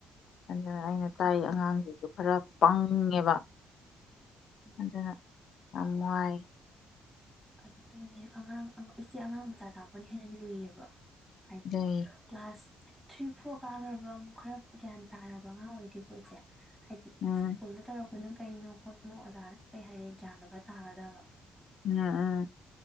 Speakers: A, on the left; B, in the centre.
A: ꯑꯗꯨꯅ ꯑꯩꯅ ꯇꯥꯏ
B: ꯑꯗꯨꯅꯦ
A: ꯑꯉꯥꯡꯁꯤꯁꯨ ꯈꯔ ꯄꯪꯉꯦꯕ
B: ꯎꯝ
A: ꯑꯗꯨꯅ ꯌꯥꯝ ꯋꯥꯏ
B: ꯑꯗꯨꯅꯦ ꯑꯉꯥꯡ ꯏꯆꯦ ꯑꯉꯥꯡ ꯃꯆꯥ ꯇꯥꯛꯄꯅ ꯍꯦꯟꯅ ꯂꯨꯏꯌꯦꯕ ꯍꯥꯏꯗꯤ
A: ꯑꯗꯨꯒꯤ
B: ꯀ꯭ꯂꯥꯁ ꯊ꯭ꯔꯤ ꯐꯣꯔ ꯀꯥꯈ꯭ꯔꯕ ꯑꯃꯨꯛ ꯈꯔ ꯒ꯭ꯌꯥꯟ ꯇꯥꯔꯕ ꯑꯉꯥꯡ ꯑꯣꯏꯗꯤꯀꫭ ꯑꯩꯈꯣꯏꯁꯦ ꯍꯥꯏꯗꯤ
A: ꯎꯝ
B: ꯁ꯭ꯀꯨꯜꯗ ꯇꯧꯔꯛꯄ ꯑꯩꯈꯣꯏꯅ ꯀꯩꯅꯣ ꯈꯣꯠꯄꯅꯣ ꯑꯣꯖꯥꯅ ꯀꯩ ꯍꯥꯏꯔꯤ ꯒ꯭ꯌꯥꯟꯗꯣ ꯈꯔ ꯇꯥꯒꯗꯕ
A: ꯎꯝ ꯎꯝ